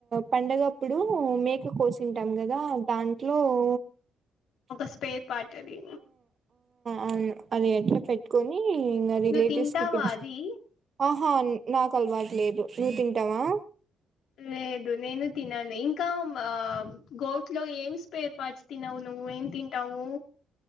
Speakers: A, on the right (about 40°); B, on the left (about 75°).
A: పండగప్పుడు మేక కోసింటాం కదా దాంట్లో ఓ
B: స్పేర్ పార్ట్ అది
A: ఆవును అది అట్లా పెట్టుకొని నా రిలేటివ్స్
B: నువ్వు తింటావా
A: కి పిలిచి
B: అది
A: ఆహా నాకు అలవాటు లేదు నువ్ తింటావా
B: లేదు నేను తినను ఇంకా ఆ గోట్లో ఏంస్ పేర్పటుచు తినవు నువ్వు ఏం తింటావు